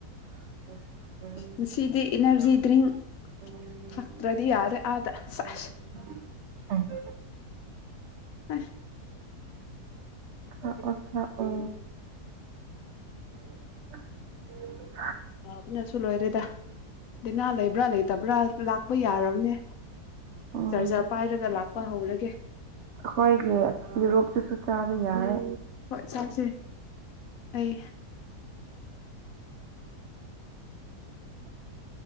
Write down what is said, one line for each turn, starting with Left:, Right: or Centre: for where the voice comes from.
Right: <unintelligible>
Left: ꯉꯁꯤꯗꯤ ꯏꯅꯔꯖꯤ ꯗ꯭ꯔꯤꯡ ꯊꯛꯇ꯭ꯔꯗꯤ ꯌꯥꯔꯦ ꯑꯥꯗ ꯁꯦꯁ ꯑ
Right: ꯑ ꯑꯣ ꯈ ꯑꯣ ꯎ
Left: ꯍꯥꯎ ꯑꯗꯨ ꯁꯨ ꯂꯣꯏꯔꯤꯦꯗ ꯂꯥꯏꯅꯥ ꯂꯩꯕ꯭ꯔꯥ ꯂꯩꯇꯕ꯭ꯔꯥ ꯂꯥꯛꯄ ꯌꯥꯔꯕꯅꯦ
Right: ꯎꯝ
Left: ꯆꯔꯖꯥꯔ ꯄꯥꯏꯔꯒ ꯂꯥꯛꯄ ꯍꯧꯔꯒꯦ
Right: ꯑꯩꯈꯣꯏꯒꯤ ꯌꯨꯔꯣꯞꯇꯨꯁꯨ ꯆꯥꯕ ꯌꯥꯏ
Left: ꯍꯣꯏ ꯆꯥꯁꯦ ꯑꯩ
Right: ꯎꯝ